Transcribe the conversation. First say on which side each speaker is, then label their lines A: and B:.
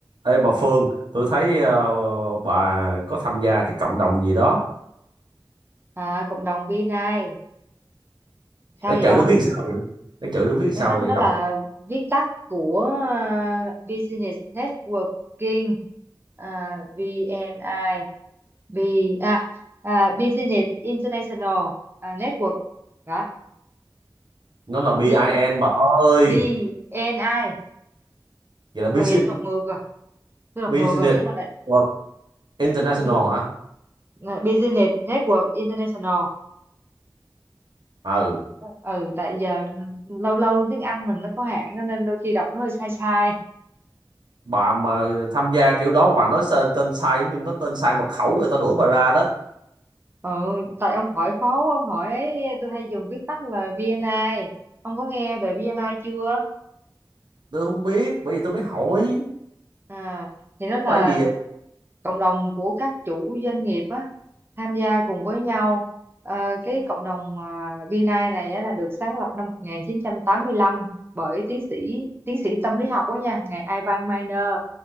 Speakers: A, on the right (about 65°); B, on the right (about 25°).
A: Ê bà Phương, tôi thấy ờ, bà có tham gia cái cộng đồng gì đó.
B: À, cộng đồng BNI sao
A: Nó
B: vậy
A: chữ
B: ông?
A: nó viết làm sao vậy? Nó chữ nó viết làm sao
B: Nó nó
A: vậy? Đọc
B: là viết tắt của à, Business Networking à, BNI B à, à, Business International à, Network đó
A: nó là bê
B: B
A: I BIN bà ơi.
B: B N I
A: Vậy là Business
B: Ồ vậy tôi đọc ngược rồi, tôi đọc
A: Business
B: ngược rồi nhưng mà lại
A: World International
B: Bus-
A: hả?
B: à, Business Network International.
A: Ừ,
B: Ừ tại giờ ừ, lâu lâu tiếng Anh mình nó có hạn nên đôi khi đọc nó hơi sai sai.
A: bà mà tham gia kiểu đó mà bà nói tên, tên sai giống như nó tên sai mật khẩu rồi tao đuổi bà ra đó.
B: ừ tại ông hỏi khó quá, ông hỏi ấy tôi hay dùng viết tắt là bê en I ông có nghe về bê en I chưa
A: Tôi không biết, bây giờ tôi mới hỏi.
B: à thì nó là
A: Phải gì vậy?
B: cộng đồng của các chủ doanh nghiệp á tham gia cùng với nhau Ờ, cái cộng đồng à, bê en I này á, là được sáng lập năm 1985 bởi tiến sĩ tiến sĩ tâm lý học đó nha ngài Ivan Minor